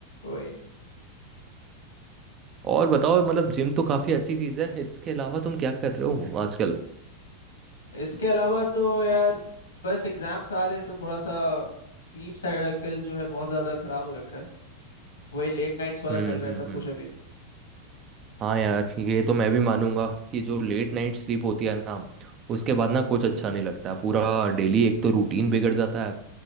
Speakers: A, on the left (about 75°); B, on the right (about 30°).
A: वही
B: और बताओ मतलब जिम तो काफ़ी अच्छी चीज़ है इसके अलावा तुम क्या कर रहे हो आजकल
A: इसके अलावा तो यार बस एग्जाम्स आ रहे हैं तो थोड़ा सा स्लीप साइकिल जो है बहुत ज़्यादा खराब हो रखा है वही लेट नाइट्स वाला
B: हम्म
A: चल रहा है
B: हम्म
A: सब
B: हम्म
A: कुछ अभी
B: हाँ यार ये तो मैं भी मानूंगा कि जो लेट नाइट स्लीप होती है ना उसके बाद
A: हम्म
B: ना कुछ अच्छा नहीं लगता पूरा डेली एक तो रूटीन बिगड़ जाता है